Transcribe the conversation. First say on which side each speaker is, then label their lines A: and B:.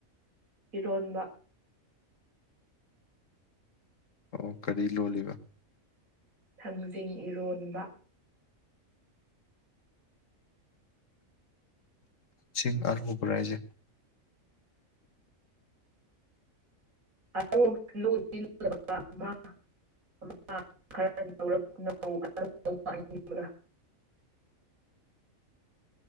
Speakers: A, on the right; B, on the left.
A: ꯏꯔꯣꯟꯕ
B: ꯑꯣ ꯀꯔꯤ ꯂꯣꯜꯂꯤꯕ
A: ꯊꯥꯡꯖꯤꯡ ꯏꯔꯣꯟꯕ
B: ꯁꯤꯡ ꯑ ꯎꯕ ꯔꯥꯏꯖꯦ
A: <unintelligible>